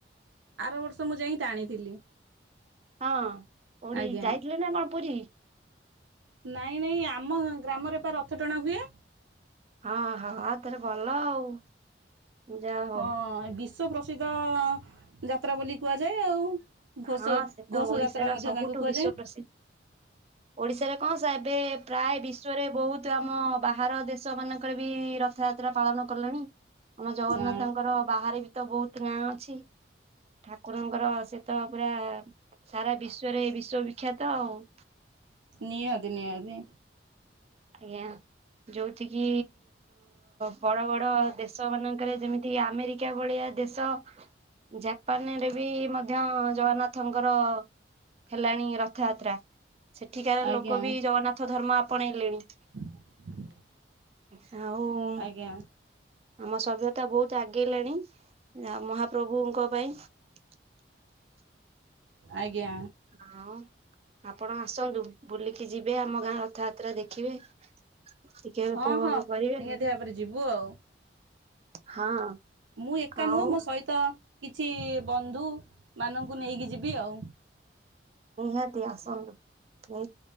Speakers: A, on the right; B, on the right.
A: ଆର ବର୍ଷ ମୁଁ ଯାଇକି ଟାଣିଥିଲି।
B: ହଁ କଉଠି
A: ଆଜ୍ଞା।
B: ଯାଇଥିଲେ ନା କଣ ପୁରୀ?
A: ନାଇଁ ନାଇଁ ଆମ ଗ୍ରାମରେ ପା ରଥ ଟଣା ହୁଏ।
B: ହଁ ହଁ ତାରେ ଭଲ ଆଉ। ଯାହା ହଉ
A: ହଁ ବିଶ୍ଵ ପ୍ରସିଦ୍ଧ ଯାତ୍ରା ବୋଲି କୁହାଯାଏ ଆଉ। ଘୋଷ
B: ହଁ ସେ ତ
A: ଘୋଷ
B: ଓଡିଶାର
A: ଯାତ୍ରା ମଧ୍ୟ
B: ସବୁଠୁ
A: ତାଙ୍କୁ କୁହାଯାଏ।
B: ବିଶ୍ଵ ପ୍ରସିଦ୍ଧ। ଓଡିଶାରେ କଣ ସା ଏବେ ପ୍ରାୟ ବିଶ୍ଵରେ ବହୁତ ଆମ ବାହାର ଦେଶ ମାନଙ୍କରେ ବି ରଥ ରଥଯାତ୍ରା ପାଳନ କଲେଣି। ଆମ ଜଗନ୍ନାଥଙ୍କର
A: ଆ
B: ବାହାରେ ବି ତ ବହୁତ ନାଁ ଅଛି। ଠାକୁରଙ୍କର ସେ ତ ପୁରା ସାରା ବିଶ୍ଵରେ ଏଇ ବିଶ୍ଵବିଖ୍ୟାତ ଆଉ।
A: ନିହାଦି ନିହାଦି।
B: ଆଜ୍ଞା। ଯୋଉଠି କି ବଡ ବଡ ଦେଶ ମାନଙ୍କରେ ଯେମିତି ଆମେରିକା ଭଳିଆ ଦେଶ ଜାପାନରେ ବି ମଧ୍ୟ ଜଗନ୍ନାଥଙ୍କର ହେଲାଣି ରଥଯାତ୍ରା ସେଠିକାର
A: ଆଜ୍ଞା
B: ଲୋକ ବି ଜଗନ୍ନାଥ ଧର୍ମ ଆପଣେଇଲେଣି।
A: <unintelligible>
B: ଆଉ
A: ଆଜ୍ଞା
B: ଆମ ସଭ୍ୟତା ବହୁତ ଆଗେଇଲେଣି ମହାପ୍ରଭୁଙ୍କ ପାଇଁ। <inaudible>
A: ଆଜ୍ଞା।
B: ହଉ ଆପଣ ଆସନ୍ତୁ ବୁଲିକି ଯିବେ ଆମ ଗାଁ ରଥଯାତ୍ରା ଦେଖିବେ। ଟିକେ ଉପଭୋଗ
A: ହଁ ହଁ ନିହାତି
B: କରିବେ
A: ଭାବରେ ଯିବୁ ଆଉ।
B: ହଁ।
A: ମୁଁ ଏକା
B: ଆଉ
A: ନୁହଁ ମୋ ସହିତ କିଛି ବନ୍ଧୁ ମାନଙ୍କୁ ନେଇକି ଯିବି ଆଉ।
B: ନିହାତି ଆସନ୍ତୁ